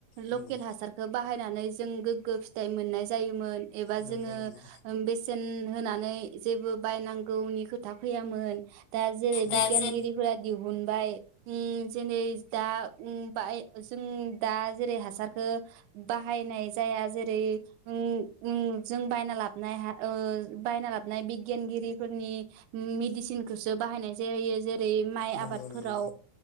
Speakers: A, on the left (about 80°); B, on the right (about 80°).
A: नंगौ
B: लकेल हासारखौ बाहाय नानै जों गोग्गो फि थाइ मोननाय जायोमोन। एबा
A: नंगौ
B: जोङो
A: नंगौ
B: ओ बेसे सेेन होनानै जेबो बायनांगौनि खोथा फैयामोन। दा जेरै
A: नंगौ
B: बिगियानगिरिफोरा दिहुन बाय ओम जेरै दा ओम बाय जों दा जेरै हासारखो बाहायनाय जाया जे रै ओं उम जों बायना लाबोनाय हा ओ बायना लाबोनाय बिगियानगिरिफोरनि मेदिसिनखौसो बाहायनाय जायो। जेरै रै माइ
A: नंगौ
B: आबादफोराव
A: नंगौ